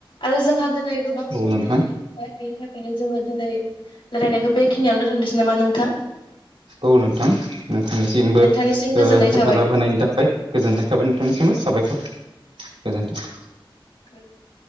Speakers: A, on the left; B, on the right.
A: आरो जोंहा दिनै गोबां
B: औ
A: सम
B: नोंथां
A: जानानै फैबाय बेनि थाखायनो जोङो दिनै रायलायनायखौ बेखिनियावनो दोनथ'नोसै नामा नोंथां
B: औ नोंथां नोंथांनिसिमबो
A: नोंथांनिसिम गोजोननाय
B: ओ हेफाजाब
A: थाबाय
B: होनायनि थाखाय गोजोननाय थाबाय नोंथांनिसिमबो साबायखर गोजोनथों
A: गो <unintelligible>